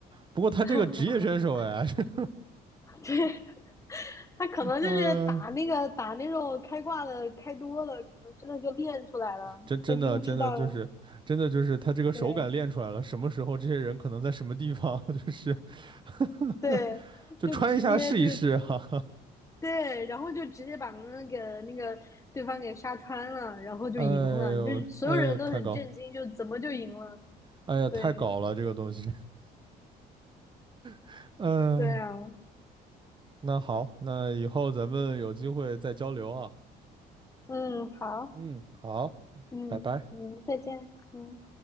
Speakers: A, on the right; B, on the left.
A: 不过他这个职业选手哎，
B: <laughs>
A: <laughs>
B: 对，他可能就是打那个打那种开挂的开多了，
A: 嗯，
B: 可能真的就练出来了，
A: 真真的真的就是真的就是他这个手感练出来了，
B: 他真知道对
A: 什么时候这些人可能在什么地方，就是 <laughs>
B: 对，
A: 就穿一下试一试哈哈。
B: 就直接就是对，然后就直接把那个那个对方给杀穿了，然后就赢了，
A: 哎呦哎呦，
B: 就是所有人都很震惊，
A: 太高，
B: 就怎么就赢了？
A: 哎呀太搞了这个东西
B: 对
A: <laughs>。
B: 对啊，
A: 嗯、那好，那以后咱们有机会再交流啊。
B: 嗯，好，
A: 嗯，好，
B: 嗯嗯，
A: 拜拜。
B: 再见，嗯。